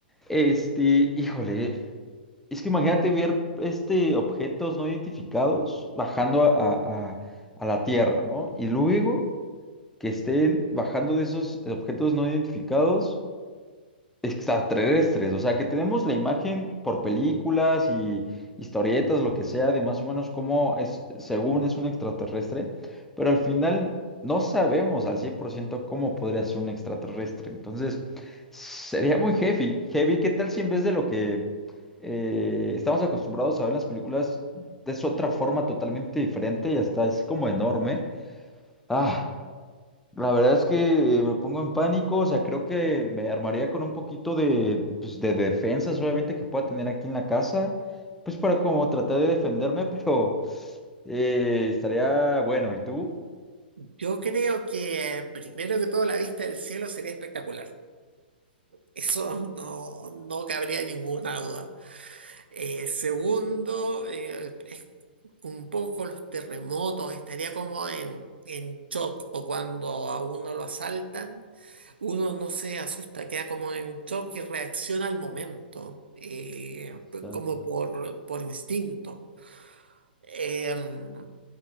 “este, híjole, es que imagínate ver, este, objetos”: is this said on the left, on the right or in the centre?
Centre